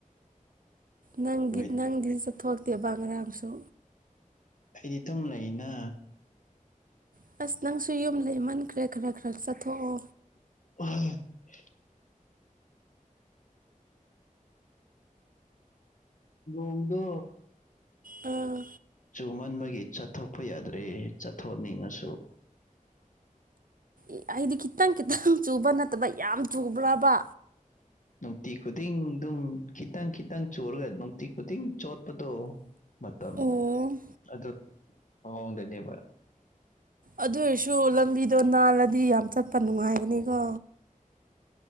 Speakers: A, on the right (about 75°); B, on the left (about 65°).
A: ꯅꯪꯒꯤ
B: ꯋꯦꯠ
A: ꯅꯪꯗꯤ ꯆꯠꯊꯣꯛꯇꯦꯕ ꯉꯔꯥꯡꯁꯨ?
B: ꯑꯩꯗꯤ ꯗꯨꯝ ꯂꯩꯅ
A: ꯉꯥ ꯑꯁ ꯅꯪꯁꯨ ꯌꯨꯝ ꯂꯩꯃꯟꯈ꯭ꯔꯦ ꯈꯔ ꯈꯔ ꯆꯠꯊꯣꯛꯑꯣ
B: <unintelligible> ꯅꯣꯡꯗꯣ
A: ꯑꯥ
B: ꯆꯨꯃꯟꯕꯒꯤ ꯆꯠꯊꯣꯛꯄ ꯌꯥꯗ꯭ꯔꯦ ꯆꯠꯊꯣꯛꯅꯤꯡꯉꯁꯨ
A: ꯏ ꯍꯥꯏꯗꯤ ꯈꯤꯇꯪ ꯈꯤꯇꯪ ꯆꯨꯕ ꯅꯠꯇꯕ ꯌꯥꯝ ꯆꯨꯕ꯭ꯔꯥꯕ?
B: ꯅꯨꯡꯇꯤ ꯈꯨꯗꯤꯡ ꯗꯨꯝ ꯈꯤꯇꯪ ꯈꯤꯇꯪ ꯆꯨꯔꯒ ꯅꯨꯡꯇꯤ ꯈꯨꯗꯤꯡ ꯆꯣꯠꯄꯗꯣ ꯃꯇꯝ
A: ꯑꯣ
B: ꯑꯗꯨ ꯃꯑꯣꯡꯗꯅꯦꯕ
A: ꯑꯗꯨ ꯑꯣꯏꯔꯁꯨ ꯂꯝꯕꯤꯗꯣ ꯅꯥꯜꯂꯗꯤ ꯌꯥꯝ ꯆꯠꯄ ꯅꯨꯡꯉꯥꯏꯒꯅꯤꯀꯣ?